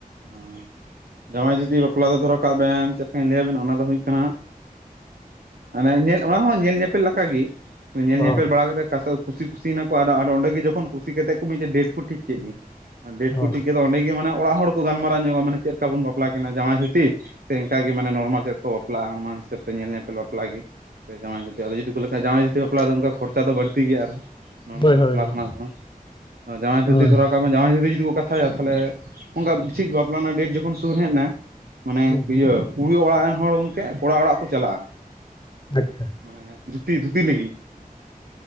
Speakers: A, on the right (about 85°); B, on the left (about 30°).
A: ᱦᱚᱸ ᱡᱟᱶᱟᱭ ᱡᱩᱫᱤ ᱵᱟᱯᱞᱟ ᱫᱚ ᱫᱷᱚᱨᱟ ᱠᱟᱜ ᱵᱮᱱ ᱪᱮᱫ ᱞᱮᱠᱟᱧ ᱞᱟᱹᱭᱟᱵᱮᱱᱟ ᱚᱱᱟ ᱫᱚ ᱦᱩᱭᱩᱜ ᱠᱟᱱᱟ, ᱚᱱᱮ ᱧᱮᱞ ᱚᱱᱟ ᱦᱚᱸ ᱧᱮᱞ ᱧᱮᱯᱮᱞ ᱞᱮᱠᱟᱜᱮ ᱧᱮᱞ
B: ᱚ
A: ᱧᱮᱯᱮᱞ ᱵᱟᱲᱟ ᱠᱟᱛᱮ ᱠᱟᱥᱚ ᱠᱩᱥᱤ ᱠᱩᱥᱤᱭᱮᱱᱟᱠᱚ ᱟᱫᱚ ᱟᱫᱚ ᱚᱸᱰᱮᱜᱮ ᱡᱚᱠᱷᱚᱱ ᱠᱩᱥᱤ ᱠᱟᱛᱮᱫ ᱠᱚ ᱢᱤᱴᱮᱡ ᱰᱮᱴ ᱠᱚ ᱴᱷᱤᱠ ᱠᱮᱫᱜᱤ ᱵᱮᱴ ᱠᱚ
B: ᱚ
A: ᱴᱷᱤᱠ ᱠᱟᱛᱮ ᱚᱸᱰᱮ ᱜᱮ, ᱜᱮ ᱢᱟᱱᱮ ᱚᱲᱟᱜ ᱦᱚᱲ ᱠᱚ ᱜᱟᱞᱢᱟᱣ ᱧᱚᱜᱼᱟ, ᱢᱟᱱᱮ ᱪᱮᱜ ᱞᱮᱠᱟ ᱵᱚᱱ ᱵᱟᱯᱞᱟ ᱠᱤᱱᱟ ᱡᱟᱶᱟᱭ ᱫᱷᱩᱛᱤ᱾ ᱥᱮ ᱤᱱᱠᱟ ᱜᱮ ᱢᱟᱱᱮ ᱱᱚᱨᱢᱟᱞ ᱪᱮᱜ ᱞᱮᱠᱟ ᱠᱚ ᱵᱟᱯᱞᱟᱜᱼᱟ᱾ ᱚᱱᱟ ᱦᱤᱥᱟᱹᱵᱽ ᱛᱮ ᱧᱮᱞ ᱧᱮᱯᱮᱞ ᱵᱟᱯᱞᱟ ᱜᱮ᱾ ᱥᱮ ᱡᱟᱶᱟᱭ ᱫᱷᱩᱛᱤ ᱟᱫᱚ ᱡᱩᱫᱤ ᱠᱚ ᱞᱮᱠᱷᱟ ᱡᱟᱶᱟᱭ ᱫᱷᱩᱛᱤ ᱵᱟᱯᱞᱟ ᱫᱚ ᱚᱱᱠᱟ ᱠᱷᱚᱨᱪᱟ ᱫᱚ ᱵᱟᱹᱲᱛᱤ ᱜᱮᱭᱟ ᱟᱨᱦᱚᱸ, ᱱᱚᱨᱢᱟᱞ
B: ᱦᱳᱭ
A: ᱵᱟᱯᱞᱟ
B: ᱦᱳᱭ ᱦᱳᱭ
A: ᱠᱷᱚᱱᱟᱜ ᱫᱚ ᱡᱟᱶᱟᱭ ᱫᱷᱩᱛᱤ
B: ᱦᱩᱸ
A: ᱫᱷᱚᱨᱟᱣ ᱠᱟᱜ ᱢᱮ ᱡᱟᱶᱟᱭ ᱫᱷᱩᱛᱤ ᱡᱩᱫᱤ ᱠᱚ ᱠᱟᱛᱷᱟᱭᱟ ᱛᱟᱦᱚᱞᱮ, ᱚᱝᱠᱟ ᱴᱷᱤᱠ ᱵᱟᱯᱞᱟ ᱨᱮᱱᱟᱜ ᱰᱮᱴ ᱡᱚᱠᱷᱚᱱ ᱥᱩᱨ ᱦᱮᱡᱱᱟ ᱢᱟᱱᱮ
B: ᱦᱩᱸ
A: ᱤᱭᱟᱹ ᱠᱩᱲᱤ ᱚᱲᱟᱜ ᱨᱮᱱ ᱦᱚᱲ ᱜᱚᱢᱠᱮ ᱠᱚᱲᱟ ᱚᱲᱟᱜ ᱠᱚ ᱪᱟᱞᱟᱜᱼᱟ᱾
B: ᱟᱪᱪᱷᱟ᱾
A: ᱢᱟᱱᱮ ᱫᱷᱩᱛᱤ, ᱫᱷᱩᱛᱤ ᱞᱟᱹᱜᱤᱫ᱾